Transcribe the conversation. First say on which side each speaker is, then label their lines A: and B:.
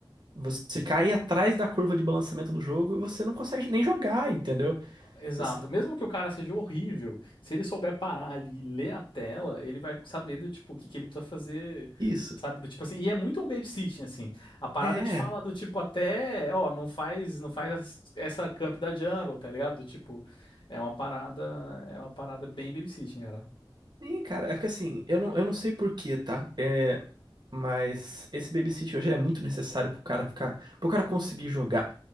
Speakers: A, on the right (about 55°); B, on the left (about 65°).
A: você cai atrás da curva de balanceamento do jogo e você não consegue nem jogar, entendeu?
B: Exato.
A: Então, Assim,
B: Mesmo que o cara seja horrível, se ele souber parar ali e ler a tela, ele vai saber do tipo o que que ele precisa fazer,
A: isso.
B: sabe? Do tipo assim, e é muito um babysitting assim. A parada
A: É,
B: te fala do tipo até, ó, não faz, não faz as- essa camp da jungle, tá ligado? Do tipo, é uma parada, é uma parada bem babysitting, cara.
A: sim, cara, é porque assim, eu não, eu não sei por quê, tá? É, mas esse babysit hoje ele é muito necessário pro cara ficar, pro cara conseguir jogar.